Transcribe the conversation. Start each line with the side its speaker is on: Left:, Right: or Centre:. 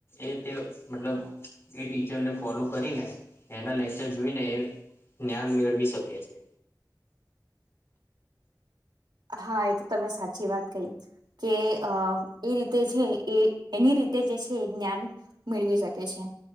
Left: એ તે મતલબ એ ટીચરને ફોલો કરીને એના લેક્ચર જોઈને એ જ્ઞાન મેળવી શકે છે.
Right: હા એ તો તમે સાચી વાત કહી કે અ એ રીતે છે એ એની રીતે જે છે એ જ્ઞાન મેળવી શકે છે